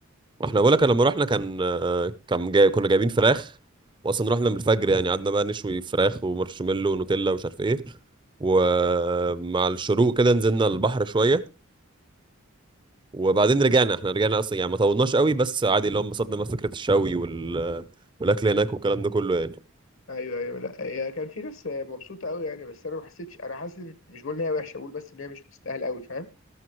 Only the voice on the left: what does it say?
مم.
ايوه ايوه لا هي كان في ناس مبسوطه قوي يعني بس انا ما حسيتش انا حاسس إن- مش بقول ان هي وحشه بقول بس ان هي مش مستاهله قوي فاهم